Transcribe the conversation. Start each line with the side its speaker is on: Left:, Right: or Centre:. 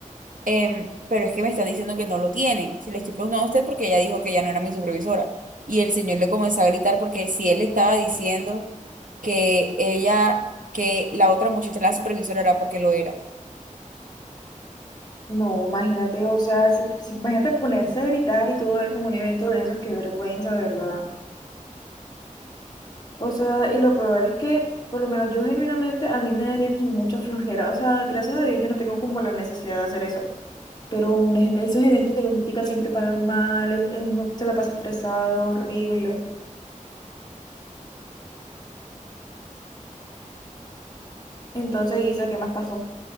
Right: "Em, pero es que me está diciendo que no lo tiene. Se le estoy preguntando a usted porque ella dijo que ya no era mi supervisora. Y el señor le comenzó a gritar porque si él le estaba diciendo que ella, que la otra muchacha, la supervisora, era porque lo era.
Left: No, imagínate, o sea, se- si- imagínate ponerse a gritar y todo eso en un evento de esos, qué vergüenza, de verdad. O sea, y lo peor es que, por lo menos yo genuinamente, a mí me daría como mucha flojera. O sea, gracias a Dios yo no tengo como la necesidad de hacer eso. Pero un ej- esos eventos de logística siempre pagan mal, es- es- uno se la pasa estresado, horrible. Entonces, Isa, ¿qué más pasó?